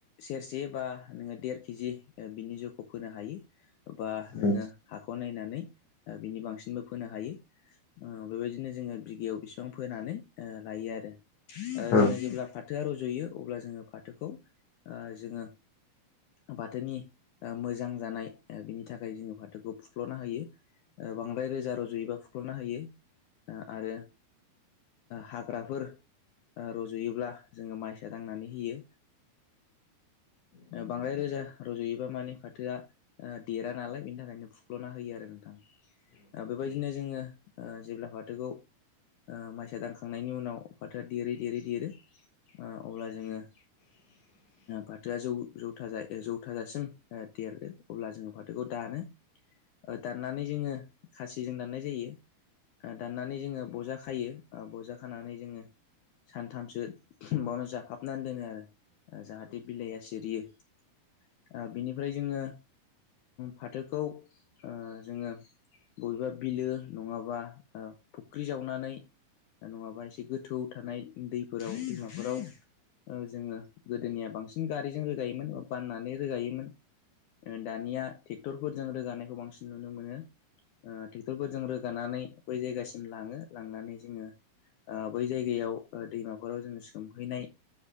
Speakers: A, on the left; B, on the left.
A: सेरसे बा नोङो देर केजि बिनि जौखौ फोनो हायो। बा नोङो
B: औ
A: हाखौ नायनानै बिनि बांसिनबो फोनो हायो। बेबायदिनो जोङो बिगायाव बेसिबां फोनानै लायो आरो।
B: औ
A: जोङो जेब्ला फाथोआ रज'यो अब्ला जोङो फाथोखौ जोङो बाथोनि मोजां जानाय बिनि थाखाय जोङो बाथोखौ फुख्ल'नो हायो। बांद्राय रोजा रुजुयोबा फुख्लबनो हायो औ आरो हाग्राफोर रज'योब्ला जोङो माइसा दांनानै होयो। बांद्राय रोजा रज'योबा मानि फाथोआ। देरा नालाय बेनि थाखायनो फुख्ल'ना होयो आरो नोंथां बेबायदि बिदिनो जोङो जेब्ला फाथोखौ माइसा दानखांनायनि उनाव फाथोआ देरै देरै देरो अब्ला जोङो
B: <inaudible>
A: फाथोआ जौ जौथ जौथाजासिम देरदो अब्ला जोङो फाथोखौ दानो। दाननानै जोङो खासिजों दाननाय जायो। दाननानै जोङो बजा खायो बजा खानानै जोङो सानथामसो बेावनो जाफाबनानै दोनो आरो। जाहाथे बिलाइया सिरियो बिनिफ्राय जोङो फाथोखौ जोङो बबेबा बिलो नङाबा फुख्रि जावनानै नङाबा एसे गोथौ थानाय दैफोराव बिमाफोराव जोङो गोदोनिया बांसिन गारिजों रोगायोमोन बाननानै रोगायोमोन दानिया ट्रेक्टर फोर जजों रोगानायखौ बांसिन नुनो मोनो ट्रेक्टरफोरजों रोगानानै बै जायगासिम लाङो लांनानै जोङो ओ बै जायगायाव दैमाफोराव जोङो सोमहैनाय